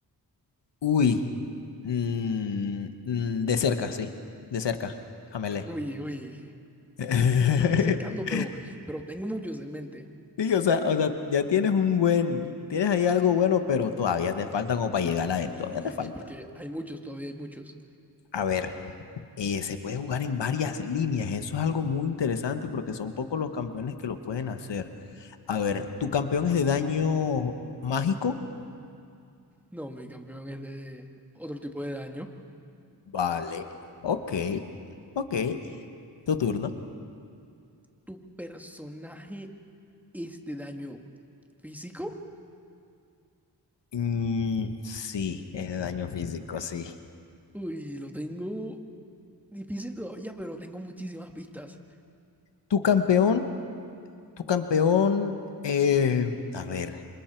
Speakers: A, on the left; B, in the centre.
A: Uy, mm, mm, de cerca, sí, de cerca, Amelé.
B: O Uy, uy.
A: <laughs>
B: No me estoy acercando, pero, pero tengo muchos en mente.
A: Sí, o sea, o sea, ya tienes un buen, tienes ahí algo bueno, pero todavía te falta como para llegar a
B: Sí,
A: él, todavía te falta.
B: sí, porque hay muchos, todavía hay muchos.
A: A ver, eh, se puede jugar en varias líneas, eso es algo muy interesante porque son pocos los campeones que lo pueden hacer. A ver, ¿tu campeón es de daño mágico?
B: No, mi campeón es de otro tipo de daño.
A: Vale, ok, ok, tu turno.
B: ¿Tu personaje es de daño físico?
A: Mm, sí, es de daño físico, sí.
B: Uy, lo tengo difícil todavía, pero tengo muchísimas pistas.
A: Tu campeón, tu campeón, eh, a ver,